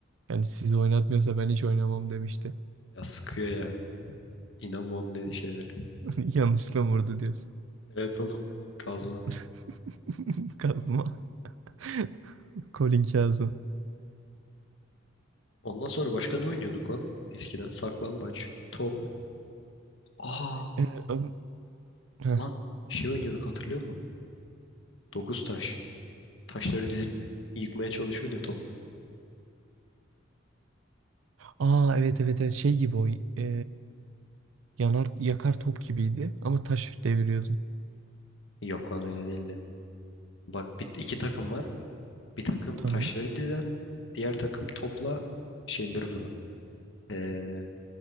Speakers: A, on the right; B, on the left.
A: Yani sizi oynatmıyorsa ben hiç oynamam demişti.
B: Ya sıkıyor ya. İnanma onun dediği şeylere.
A: <laughs> Yanlışlıkla vurdu diyorsun.
B: Evet oğlum. Kazma.
A: <laughs> Kazma. <laughs> Colin Kazım.
B: Ondan sonra başka ne oynuyorduk lan? Eskiden saklambaç, top. Aa
A: Ee, ön- Heh.
B: lan şey oynuyorduk hatırlıyor musun? Dokuz taş. Taşları dizip yıkmaya çalışıyorsun ya top.
A: Aa evet evet evet şey gibi o e, yanar yakar top gibiydi ama taş deviriyordun.
B: Yok lan öyle değildi. Bak bir, iki takım var. Bir takım
A: Tamam.
B: taşları dizen. Diğer takım topla şeyleri vuran. Ee,